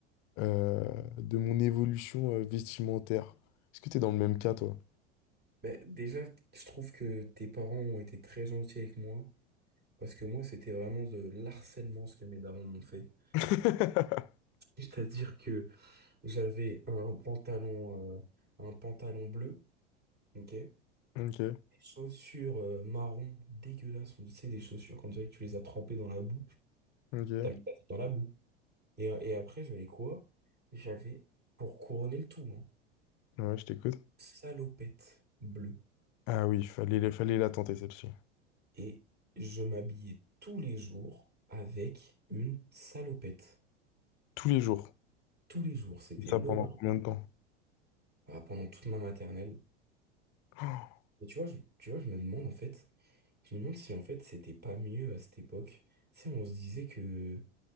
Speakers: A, on the left; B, on the right.
A: euh, de mon évolution euh, vestimentaire. Est-ce que t'es dans le même cas, toi?
B: Ben, déjà, je trouve que tes parents ont été très gentils avec moi, parce que moi, c'était vraiment de l'harcèlement ce que mes darons m'ont fait.
A: <laughs>
B: C'est-à-dire que j'avais un pantalon, euh, un pantalon bleu, ok? Des
A: Ok,
B: chaussures euh, marron dégueulasses, ou tu sais, des chaussures qu'on dirait que tu les as trempées dans la boue.
A: ok.
B: T'as mis ta tête dans la boue. Et, et après, j'avais quoi? J'avais, pour couronner le tout, hein,
A: Ouais, je t'écoute.
B: salopette bleue.
A: Ah oui, fallait, fallait la tenter, celle-ci.
B: Et je m'habillais tous les jours avec une salopette.
A: Tous les jours.
B: Tous les jours, c'était
A: Et ça
B: l'horreur,
A: pendant combien
B: mais
A: de temps?
B: ah, pendant toute ma maternelle.
A: Oh,
B: Et tu vois, je, tu vois, je me demande en fait, je me demande si en fait c'était pas mieux à cette époque. Tu sais, on se disait que